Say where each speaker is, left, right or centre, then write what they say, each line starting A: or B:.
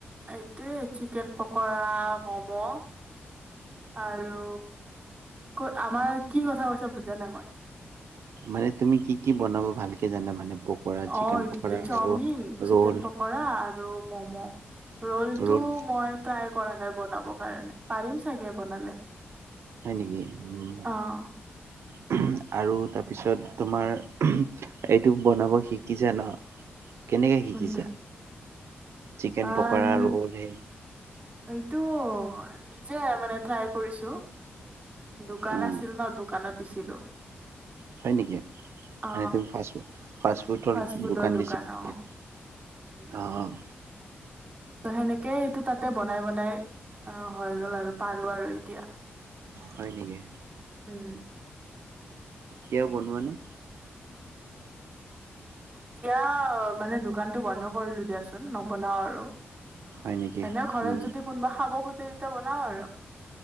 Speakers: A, on the right; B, on the right.
A: এইটোয়েই চিকেন পকৰা, ম'ম' আৰু ক'ত আমাৰ কি কথা কৈছা বুজা নাই মই।
B: মানে তুমি কি কি বনাব ভালকে জানা, মানে পকৰা চিকেন
A: অ' এইটো
B: পকৰা
A: চাওমিন,
B: আৰু
A: চিকেন
B: ৰ'ল
A: পকৰা আৰু ম'ম' ৰলটো
B: ৰ'ল
A: মই ট্ৰাই কৰা নাই বনাব কাৰণে। পাৰিম চাগে বনালে,
B: হয় নেকি? উম
A: অঁ।
B: <unintelligible> আৰু তাৰপিছত তোমাৰ এইটো বনাব শিকিছা ন? কেনেকে শিকিছা,
A: কোনটো
B: চিকেন
A: আন
B: পকৰা, ৰোল সেই
A: এইটো, নিজে মানে ট্ৰাই কৰিছোঁ দোকান
B: উম
A: আছিল ন দোকানত দিছিলো।
B: হয় নেকি,
A: অ
B: মানে তুমি ফাষ্ট ফু ফাষ্টফুডৰ
A: ফাষ্ট ফুডৰ
B: দোকান দিছিলা
A: অ।
B: নেকি
A: উম
B: অ' অ'।
A: ত সেনেকে এইটো তাতে বনাই বনাই, অ' হৈ গ'ল আৰু পাৰো আৰু এতিয়া।
B: হয় নেকি।
A: উম।
B: কিয় বনোৱা নে?
A: এতিয়া মানে দোকানটো বন্ধ কৰিলো দিয়াচোন নবনাওঁ আৰু
B: হয় নেকি?
A: এনেও ঘৰত
B: উম
A: যদি কোনোবা খাব খোজে তেতিয়া বনাওঁ আৰু